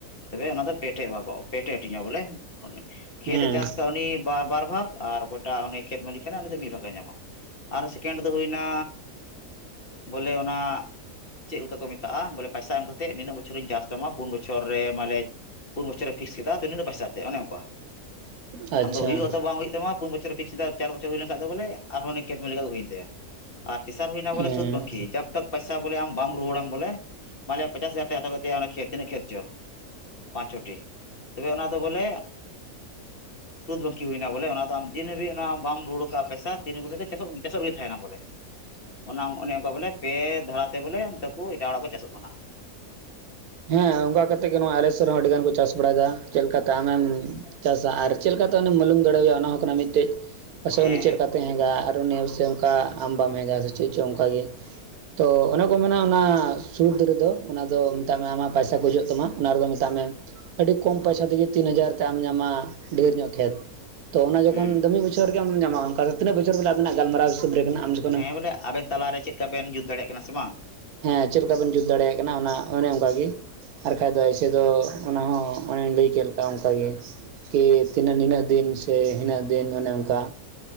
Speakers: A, on the left; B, on the right.
A: ᱛᱚᱵᱮ ᱚᱱᱟ ᱫᱚ ᱯᱮ ᱴᱷᱮᱡ ᱵᱷᱟᱠᱚᱜᱼᱟ ᱯᱮ ᱴᱷᱮᱡ ᱦᱟᱹᱴᱤᱧᱚᱼᱟ ᱵᱚᱞᱮ, ᱠᱷᱮᱛᱮ
B: ᱦᱮᱸ
A: ᱪᱟᱥ ᱠᱟᱜ ᱩᱱᱤ ᱵᱟ ᱵᱟᱨ ᱵᱷᱟᱜᱽ ᱟᱨ ᱚᱠᱚᱭᱴᱟᱜ ᱩᱱᱤ ᱠᱷᱮᱛ ᱢᱟᱹᱞᱤᱠ ᱠᱟᱱᱟᱭ ᱩᱱᱤ ᱫᱚ ᱢᱤᱫ ᱵᱷᱟᱜᱽ ᱮ ᱧᱟᱢᱟ ᱾ ᱟᱨ ᱥᱮᱠᱮᱱᱰ ᱫᱚ ᱦᱩᱭᱱᱟ ᱵᱚᱞᱮ ᱚᱱᱟᱼᱼ ᱪᱮᱫ ᱞᱮᱠᱟ ᱠᱚ ᱢᱮᱛᱟᱜᱼᱟ ᱵᱚᱞᱮ ᱯᱟᱭᱥᱟ ᱮᱢ ᱠᱟᱛᱮ ᱱᱤᱱᱟᱹᱜ ᱵᱚᱪᱷᱚᱨᱤᱧ ᱪᱟᱥ ᱛᱟᱢᱟ ᱯᱩᱱ ᱵᱚᱪᱷᱚᱨ ᱨᱮ ᱢᱟᱱᱮᱼᱼ ᱯᱩᱱ ᱵᱚᱪᱷᱚᱨᱮ ᱯᱷᱤᱠ ᱠᱮᱫᱟ <unintelligible> ᱯᱚᱭᱥᱟ ᱛᱮ, ᱚᱱᱮ ᱚᱝᱠᱟ᱾
B: ᱟᱪᱪᱷᱟ
A: ᱟᱢᱫᱚ ᱦᱩᱭᱩᱜᱼᱟᱛᱚ ᱵᱟᱝ ᱦᱩᱭᱩᱜ ᱛᱟᱢᱟ ᱯᱩᱱ ᱵᱚᱪᱷᱚᱨ ᱯ ᱯᱷᱤᱠᱥ ᱮᱟ ᱪᱟᱨ ᱵᱚᱪᱷᱚᱨ ᱦᱩᱭ ᱞᱮᱱᱠᱷᱟᱱ ᱫᱚ ᱵᱚᱞᱮ ᱟᱨᱦᱚᱸ ᱩᱱᱤ ᱠᱷᱮᱛ ᱢᱮᱞ ᱫᱚ ᱦᱩᱭᱮᱱ ᱛᱟᱭᱟ ᱟᱨ ᱛᱮᱥᱟᱨ ᱦᱩᱭᱱᱟ ᱵᱚᱞᱮ
B: ᱦᱮᱸ
A: ᱥᱩᱫᱽ ᱵᱟᱝᱠᱷᱤ ᱡᱟ ᱠ ᱯᱚᱭᱥᱟᱚᱞᱮᱢ ᱵᱟᱢ ᱨᱩᱣᱟᱹᱲᱟᱢ ᱵᱚᱞᱮ ᱢᱟᱱᱞᱮᱭᱟ ᱯᱚᱪᱟᱥ ᱦᱟᱡᱟᱨᱭ ᱦᱟᱛᱟᱣ ᱠᱮᱫ ᱛᱟᱭᱟ ᱚᱱᱟ ᱛᱤᱱᱟᱹᱜ ᱠᱷᱮᱛ ᱪᱚ ᱯᱟᱸᱪᱚᱴᱤ ᱛᱚᱵᱮ ᱚᱱᱟ ᱫᱚ ᱵᱚᱞᱮ ᱥᱩᱫ ᱵᱟᱟᱹᱠᱤ ᱦᱩᱭᱱᱟ ᱵᱚᱞᱮ ᱚᱱᱟ ᱫᱚ ᱟᱢ ᱡᱤᱱ ᱦᱟᱹᱵᱤᱡ ᱚᱱᱟ ᱵᱟᱢ ᱨᱩᱣᱟᱹᱲ ᱠᱟᱜᱼᱟ ᱯᱚᱭᱥᱟ ᱛᱤᱱᱹ ᱜ ᱪᱟᱥ ᱪᱟᱥᱚᱜ ᱜᱮ ᱛᱟᱦᱮᱱᱟ ᱵᱚᱞᱮ ᱚᱱᱟ ᱚᱱᱮ ᱚᱱᱠᱟ ᱵᱚᱞᱮ ᱯᱮ ᱫᱷᱟᱨᱟᱛᱮ ᱵᱚᱞᱮ ᱚᱱᱛᱮ ᱠᱚ ᱮᱴᱟᱜ ᱦᱚᱲᱟᱜ ᱠᱚ ᱪᱟᱥᱚᱜ ᱠᱟᱱᱟ
B: ᱦᱮᱸ ᱚᱱᱠᱟ ᱠᱟᱛᱮᱜ ᱜᱮ ᱱᱚᱣᱟ ᱟᱲᱮᱥᱮᱫ ᱨᱮᱦᱚᱸ ᱟᱹᱰᱤ ᱜᱟᱱ ᱠᱚ ᱪᱟᱥ ᱵᱟᱲᱟᱭᱮᱫᱟ ᱪᱮᱫ ᱞᱮᱠᱟᱛᱮ ᱟᱢᱮᱢ ᱪᱟᱥᱟ ᱟᱨ ᱪᱮᱫ ᱞᱮᱠᱟᱛᱮ ᱩᱱᱤᱢ ᱵᱞᱩᱝ ᱫᱟᱲᱮᱣᱭᱟ ᱚᱱᱟ ᱦᱚᱸ ᱠᱟᱱᱟ ᱢᱤᱫᱴᱮᱡ ᱯᱟ
A: ᱦᱮᱸ
B: ᱩᱱᱤ ᱪᱮᱫ ᱞᱮᱠᱟᱛᱮ ᱦᱮᱼᱟ ᱟᱨ ᱱᱤᱭᱟᱹ ᱥᱮ ᱚᱱᱠᱟ ᱟᱢ ᱵᱟᱢ ᱦᱮᱮᱜᱼᱟ ᱥᱮ ᱪᱮᱫ ᱪᱚᱝ ᱚᱱᱠᱟᱟᱜ ᱜᱮ ᱛᱚ ᱚᱱᱮ ᱠᱚ ᱢᱮ ᱚᱱᱟ ᱥᱩᱨᱫ ᱨᱮᱫᱚ ᱚᱱᱟ ᱫᱚ ᱢᱮᱛᱟᱜ ᱢᱮ ᱟᱢᱟᱜ ᱯᱟᱭᱥᱟ ᱜᱩᱡᱩᱜ ᱛᱟᱢᱟ ᱚᱱᱟ ᱨᱮᱫᱚ ᱢᱮᱛᱟᱜ ᱢᱮᱼᱼ ᱟᱹᱰᱤ ᱠᱚᱢ ᱯᱚᱭᱥᱟ ᱛᱮᱜᱮ ᱛᱤᱱ ᱦᱟᱡᱟᱨ ᱛᱮ ᱟᱢ ᱧᱟᱢᱟ ᱰᱷᱮᱨ ᱧᱚᱜ ᱠᱷᱮᱛ᱾ ᱛᱚ ᱚᱱᱟ ᱡᱚᱠᱷᱚᱱ
A: ᱦᱩᱸ
B: ᱫᱚ ᱢᱤᱫ ᱵᱚᱪᱷᱚᱨ ᱜᱮ ᱟᱢ ᱫᱚᱢ ᱧᱟᱢᱟ ᱚᱱᱠᱟ ᱫᱚ ᱛᱤᱱᱟᱹᱜ ᱵᱚᱪᱷᱚᱨ ᱵᱚᱞᱮ ᱟᱵᱮᱱᱟᱜ ᱜᱟᱞᱢᱟᱨᱟᱣ ᱦᱤᱥᱟᱹᱵ ᱨᱮ ᱢᱮᱱᱟᱜ-ᱟ
A: ᱦᱮᱸ ᱵᱚᱞᱮ ᱟᱵᱮᱱ ᱛᱟᱞᱟᱨᱮ ᱪᱮᱫ ᱞᱮᱠᱟ ᱵᱮᱱ ᱡᱩᱛ ᱫᱟᱲᱮᱭᱟᱜ ᱠᱟᱱᱟ ᱥᱮ ᱵᱟᱝ?
B: ᱦᱮᱸ ᱪᱮᱫ ᱞᱮᱠᱟ ᱵᱤᱱ ᱡᱩᱛ ᱫᱟᱲᱮᱭᱟᱜ ᱠᱟᱱᱟ ᱚᱱᱮ ᱚᱱᱠᱟ ᱜᱮ᱾ ᱟᱨ ᱠᱷᱟᱡ ᱫᱚ ᱮᱭᱥᱮ ᱫᱚ, ᱚᱱᱟ ᱦᱚᱸ ᱚᱱᱮᱧ ᱞᱟᱹᱭ ᱠᱮᱫ ᱞᱮᱠᱟᱜᱮ ᱚᱱᱠᱟᱜᱮ ᱠᱤ ᱛᱤᱱᱟᱹᱜ ᱱᱤᱱᱟᱹᱜ ᱫᱤᱱ ᱥᱮ ᱤᱱᱟᱹᱜ ᱫᱤᱱ ᱚᱱᱮ ᱚᱱᱠᱟ